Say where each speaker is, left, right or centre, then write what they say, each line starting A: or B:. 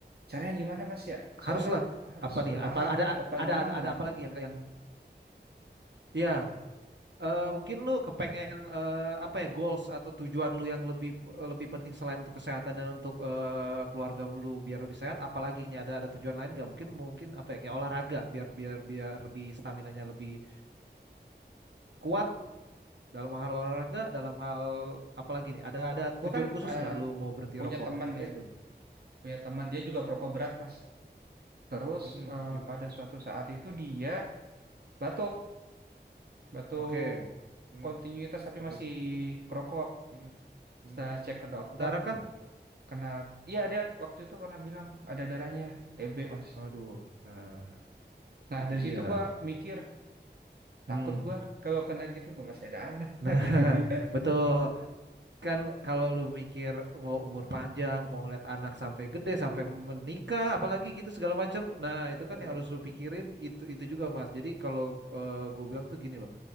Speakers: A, on the right (about 60°); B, on the right (about 80°).
A: caranya gimana, Mas ya?
B: Haruslah
A: Soalnya harus
B: apa nih?
A: bertahap
B: ya, Apa ada
A: apa
B: ada
A: gimana
B: ada, ada
A: nih?
B: apa lagi yang yang ya eh, mungkin lu kepengen eh, apa ya goals atau tujuan lu yang lebih lebih penting selain untuk kesehatan dan untuk eh, keluarga lu biar lebih sehat. Apalagi ini ada ada tujuan lain nggak? Mungkin mungkin apa ya kayak olahraga biar biar biar lebih stamina-nya lebih kuat dalam hal olahraga dalam hal apalagi nih ada ada
A: Gue
B: tujuan
A: kan
B: khusus
A: eh,
B: nggak lu mau berhenti rokok
A: punya teman
B: seperti
A: ya,
B: itu
A: punya teman dia juga perokok berat, Mas. Terus
B: Mm-mm.
A: eh,
B: gimana
A: pada suatu saat itu dia batuk, batuk
B: oke Hmm.
A: kontinuitas tapi
B: Betul
A: masih kerokok.
B: Hmm. Hmm.
A: Setelah cek ke dokter,
B: Batuk darah kah?
A: kena, iya dia waktu itu pernah bilang ada darahnya TB, Mas.
B: aduh, nah
A: Nah
B: itu
A: dari
B: dia.
A: situ gue mikir
B: Hmm.
A: Takut gua kalau kena gitu gua masih ada anak. <laughs>
B: Nah, <laughs> betul kan kalau lu mikir mau umur panjang, mau ngeliat anak sampai gede, sampai menikah, apalagi gitu segala macam. Nah, itu kan
A: Bener.
B: yang harus lu pikirin itu itu juga Mas. Jadi kalau gue bilang tuh gini loh.